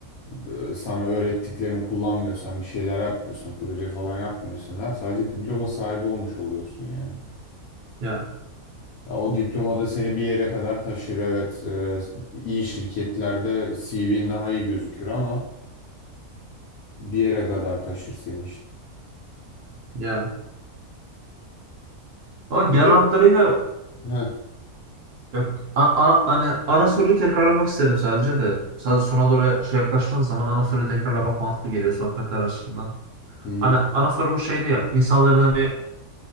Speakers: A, on the left; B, on the right.
A: e, sana öğrettiklerini kullanmıyorsan, bir şeyler yapmıyorsan, proje falan yapmıyorsan her sadece diploma sahibi olmuş oluyorsun yani.
B: Yani
A: Ya o diploma da seni bir yere kadar taşır. Evet, e, iyi şirketlerde CV'nin daha iyi gözükür ama bir yere kadar taşır seni işte.
B: yani. Ama
A: Bir
B: genel
A: de
B: hatlarıyla
A: Heh.
B: ya, a- ana, hani ana soruyu tekrarlamak isterim sadece de. Sadece sona doğru şey yaklaştığın zaman ana soruyu tekrarlamak mantıklı geliyor sohbetler açısından.
A: Hı. hı,
B: Ana, ana sorumuz şeydi ya insanların hani